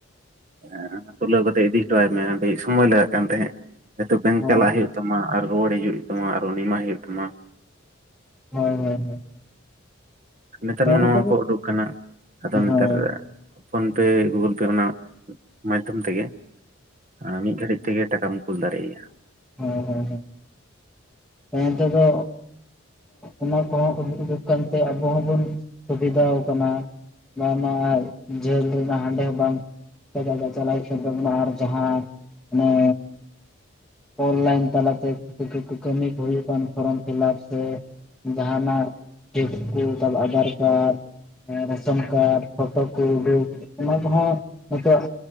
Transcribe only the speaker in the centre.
ᱦᱳᱭ
ᱦᱳᱭ ᱦᱳᱭ ᱦᱳᱭ᱾
ᱦᱳᱭ ᱦᱮᱸ
ᱱᱤᱛᱚᱜ
ᱦᱳᱭ
ᱦᱳᱭ
ᱦᱮᱸ ᱦᱮᱸ ᱦᱮᱸ᱾ ᱚᱱᱛᱮ ᱫᱚ ᱚᱱᱟ ᱠᱚᱦᱚᱸ ᱩᱰ-ᱩᱰᱩᱠ ᱠᱟᱱᱛᱮ ᱟᱵᱚ ᱦᱚᱸᱵᱚᱱ ᱥᱩᱵᱤᱫᱷᱟᱣ ᱠᱟᱱᱟ᱾ ᱵᱟᱝᱢᱟ ᱡᱷᱟᱹᱞ ᱨᱮᱱᱟᱜ ᱦᱟᱸᱰᱮ ᱦᱚᱸ ᱵᱟᱝ <unintelligible> ᱪᱟᱞᱟᱜ ᱦᱩᱭᱩᱜ ᱠᱟᱱ ᱛᱟᱵᱚᱱᱟ ᱟᱨ ᱡᱟᱦᱟᱸ ᱚᱱᱮ ᱚᱱᱞᱟᱭᱤᱱ ᱛᱟᱞᱟᱛᱮ ᱠᱟᱹ-ᱠᱟᱹ-ᱠᱟᱹᱢᱤ ᱠᱚ ᱦᱩᱭᱩᱜ ᱠᱟᱱ ᱯᱷᱚᱨᱚᱢ ᱯᱷᱤᱞᱟᱯ ᱥᱮ ᱡᱟᱦᱟᱱᱟᱜ ᱪᱮᱴ ᱯᱷᱮᱞ ᱛᱟᱰ ᱟᱫᱷᱟᱨ ᱠᱟᱨᱰ᱾ ᱮᱸ ᱨᱮᱥᱚᱱ ᱠᱟᱨᱰ, ᱯᱷᱚᱴᱳ ᱠᱚ ᱩᱰᱩᱠ ᱚᱱᱟ ᱠᱚᱦᱚᱸ ᱱᱤᱛᱚᱜ